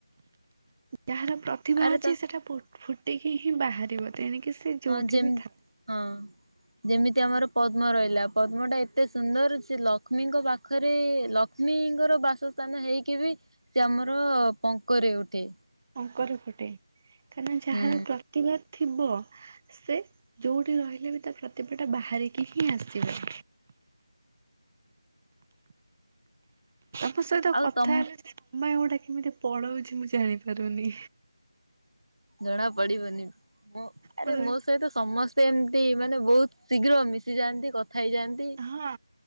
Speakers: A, on the right; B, on the right.
A: ଯାହାର ପ୍ର ତିଭା
B: ଆରେ
A: ଅଛି
B: ତ
A: ସେଇଟା ଫୁଟିକି ହିଁ ବାହାରିବ ତେଣିକି ସେ ଯେଉଁଠି
B: ହଁ ଯେମ
A: ବି ଥାଉ।
B: ହଁ। ଯେମିତି ଆମର ପଦ୍ମ ରଇଲା ପଦ୍ମ ଟା ଏତେ ସୁନ୍ଦର ସେ ଲକ୍ଷ୍ମୀଙ୍କ ପାଖରେ ଲ କ୍ଷ୍ମୀଙ୍କର ବାସସ୍ଥାନ ହେଇକି ବି ସେ ଆମର ପଙ୍କରେ ଉଠେ
A: ପଙ୍କରେ ଫୁଟେ କାହିଁକନା ଯାହାର
B: ହୁଁ
A: ପ୍ରତିଭା ଥିବ ସେ ଯୋଉଠି ରହିଲେ ବି ତା ପ୍ରତିଭାଟା ବାହାରିକି ହିଁ ଆସିବ। ତୋ ସହିତ
B: ଆଉ
A: କଥା
B: ତମ
A: ହେଲେ ଯେ ସମୟ ଟା କେମିତି ପଳଉଛି ମୁଁ ଜାଣି ପାରୁନି।
B: ଜଣା ପଡିବନି ମୋ ଆରେ
A: ମତେ
B: ମୋ ସହିତ ସମସ ସେମତି ମାନେ ବହୁତ ଶୀଘ୍ର ମିଶିଯାଆନ୍ତି କଥା ହେଇଯାଆନ୍ତି।
A: ହଁ